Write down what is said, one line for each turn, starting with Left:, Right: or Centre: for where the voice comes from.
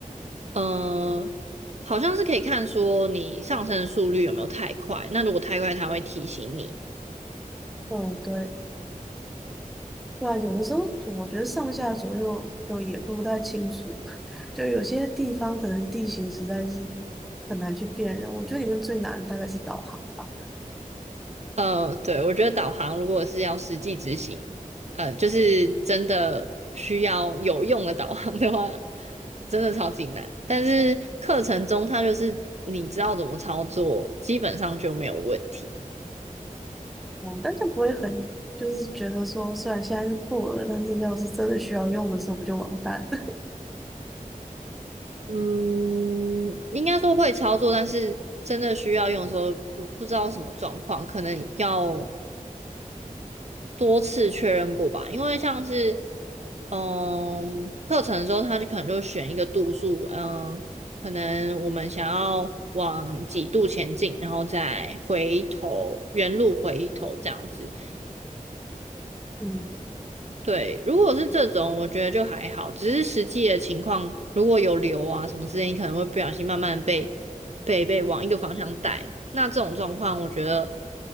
Right: 嗯、呃好像是可以看说你上升的速率有没有太快，那如果太快他会提醒你。
Centre: 嗯，对，对啊，有的时候我觉得上下左右就也分不太清楚，就有些地方可能地形实在是很难去辨认。我觉得里面最难的大概是导航吧。
Right: 嗯，对，我觉得导航如果是要实际执行，呃，就是真的需要有用的导航的话，真的超级难。但是课程中它就是你知道怎么操作，基本上就没有问题。
Centre: 嗯，但就不会很，就是觉得说，虽然现在是过了，但是要是真的需要用的时候，不就完蛋了？<laughs>
Right: 嗯，应该说会操作，但是真的需要用的时候不不知道什么状况，可能要多次确认过吧，因为像是嗯课程的时候，他就可能就选一个度数，嗯，可能我们想要往几度前进，然后再回头原路回头这样子。
Centre: 嗯，
Right: 对，如果是这种，我觉得就还好，只是实际的情况，如果有流啊什么之类，你可能会不小心慢慢被被被往一个方向带。那这种状况，我觉得，